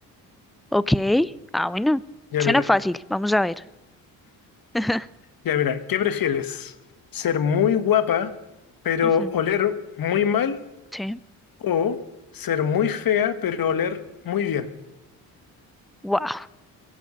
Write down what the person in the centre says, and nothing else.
Ok, ah, bueno,
suena
fácil. Vamos a ver. <laughs>
Ujú,
Sí.
Wow,